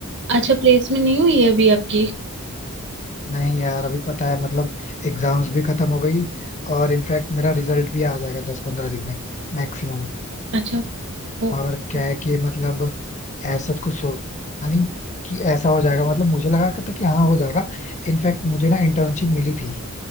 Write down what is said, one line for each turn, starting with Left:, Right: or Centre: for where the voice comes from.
Right: अच्छा प्लेसमेंट नहीं हुई है अभी आपकी
Left: नहीं यार अभी पता है मतलब एग्जाम्स भी खत्म हो गई और इनफैक्ट मेरा रिजल्ट भी आ जाएगा दस पंद्रह दिन में मैक्सिमम
Right: अच्छा ओके
Left: और क्या है कि मतलब ऐसा तो कुछ सोचा नहीं कि ऐसा हो जाएगा मतलब मुझे लगा कि था कि हाँ हो जाएगा इनफैक्ट मुझे ना इंटर्नशिप मिली थी